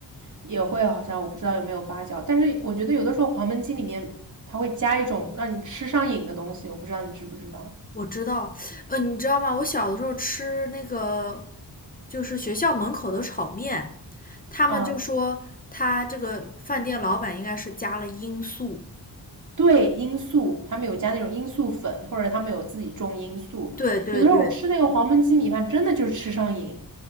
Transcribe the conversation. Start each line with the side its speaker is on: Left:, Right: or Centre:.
Right: 也会，好像我不知道有没有八角，但是我觉得有的时候黄焖鸡里面它会加一种让你吃上瘾的东西，我不知道你知不知道。
Left: 我知道。呃，你知道吗？我小的时候吃那个就是学校门口的炒面，他们就说他这个饭店老板应该是加了罂粟。
Right: 嗯，对，罂粟，他们有加那种罂粟粉，或者他们有自己种罂粟。
Left: 对对对，
Right: 有的时候我吃那个黄焖鸡米饭，真的就是吃上瘾。